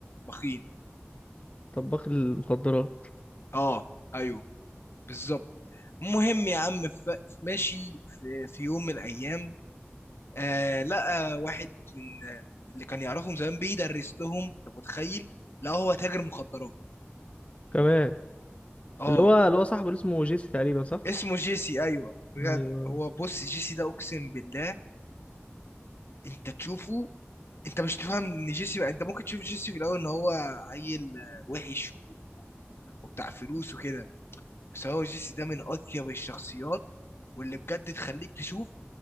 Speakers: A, on the left (about 65°); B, on the left (about 30°).
A: طباخين
B: طباخ المخدرات
A: اه ايوه بالظبط المهم يا عم ف- ماشي في, في يوم من الايام آه لقى واحد من آه من اللي كان يعرفهم زمان بيدرس لهم أنت متخيل لا هو تاجر مخدرات
B: كمان
A: اه
B: اللي هو اللي هو صاحبه اللي اسمه جيسي تقريبا صح
A: اسمه جيسي ايوه بجد
B: ايوه
A: هو بص جيسي ده اقسم بالله انت تشوفه انت مش تفهم ان جيسي انت ممكن تشوف جيسي في الاول ان هو عيل آه، وحش و- وبتاع فلوس وكده بس هو جيسي ده من اطيب الشخصيات واللي بجد تخليك تشوف